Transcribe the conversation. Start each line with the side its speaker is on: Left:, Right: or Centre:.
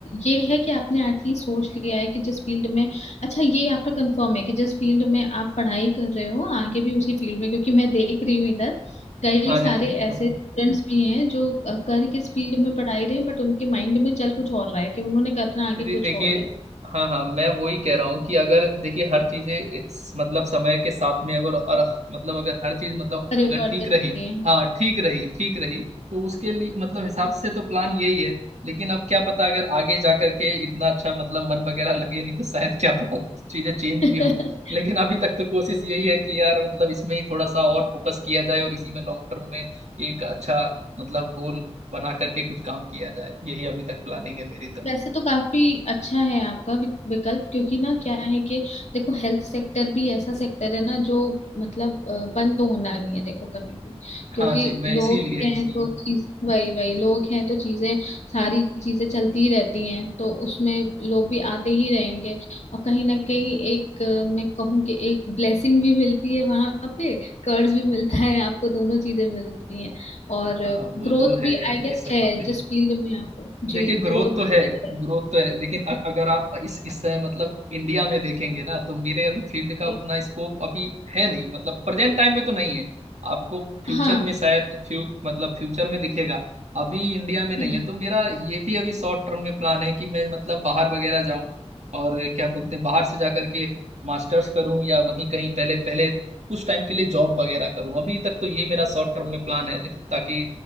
Left: ये है कि आपने एटलीस्ट सोच लिया है कि जिस फील्ड में अच्छा ये आपका कंफर्म है कि जिस फील्ड में आप पढ़ाई कर रहे हो आगे भी उसी फील्ड में क्योंकि मैं देख रही हूँ इधर कई
Right: हाँ
Left: सारे
Right: जी दीदी बोलिए
Left: ऐसे स्टूडेंट्स भी हैं जो अ, कर किस फील्ड में पढ़ाई रहे हैं बट उनके माइंड में चल कुछ और रहा है कि उन्होंने करना आगे
Right: दीदी
Left: कुछ
Right: देखिए
Left: और है
Right: हाँ हाँ मैं वही कह रहा हूँ कि अगर देखिए हर चीजें इस- मतलब समय के साथ में अगर और मतलब अगर हर चीज मतलब
Left: परिवर्तित
Right: अगर ठीक रही
Left: होते हैं
Right: हाँ ठीक रही ठीक रही तो उसके लिए मतलब हिसाब
Left: हम्म।
Right: से तो प्लान यही है लेकिन अब क्या पता अगर आगे जा करके इतना अच्छा मतलब मन वगैरह लगे नहीं तो शायद क्या पता चीजें चेंज
Left: <laughs>
Right: भी हो लेकिन अभी तक तो कोशिश यही है कि यार मतलब इसमें ही थोड़ा सा और फोकस किया जाए और इसी में लॉन्ग टर्म में एक अच्छा मतलब गोल बना करके कुछ काम किया जाए यही अभी तक प्लानिंग है मेरी तो
Left: वैसे तो काफी अच्छा है आपका विक- विकल्प क्योंकि ना क्या है कि देखो हेल्थ सेक्टर भी ऐसा सेक्टर है ना जो मतलब अ, बंद तो होना नहीं है देखो कभी भी
Right: हाँ
Left: क्योंकि
Right: जी मैं
Left: लोग
Right: इसीलिए
Left: हैं
Right: इसीलिए
Left: तो चीज वही वही लोग हैं तो चीजें सारी चीजें चलती ही रहती हैं तो उसमें लोग भी आते ही रहेंगे और कहीं ना कहीं एक अ, मैं कहूँ कि एक ब्लेसिंग भी मिलती है वहां पे कर्ज भी मिलता है आपको दोनों चीजें मिलती हैं और
Right: हाँ वो
Left: ग्रोथ
Right: तो है
Left: भी
Right: ही,
Left: आई गेस
Right: ये सब
Left: है
Right: बातें हैं
Left: जिस फील्ड में आप हो
Right: देखिए
Left: जी
Right: ग्रोथ
Left: ग्रोथ
Right: तो है
Left: भी है
Right: ग्रोथ तो है लेकिन अ- अगर आप इस इस समय मतलब इंडिया में देखेंगे ना तो मेरे अभी फील्ड का
Left: जी
Right: उतना स्कोप अभी है नहीं मतलब प्रेजेंट टाइम में तो नहीं है आपको फ्यूचर
Left: हाँ
Right: में शायद फ्यू मतलब फ्यूचर में दिखेगा अभी इंडिया में नहीं
Left: हम्म
Right: है तो मेरा ये भी अभी शॉर्ट टर्म में प्लान है कि मैं मतलब बाहर वगैरह जाऊं और क्या बोलते हैं बाहर से जा करके मास्टर्स करूं या वहीं कहीं पहले पहले कुछ टाइम के लिए जॉब वगैरह करूं अभी तक तो ये मेरा शॉर्ट टर्म में प्लान है ताकि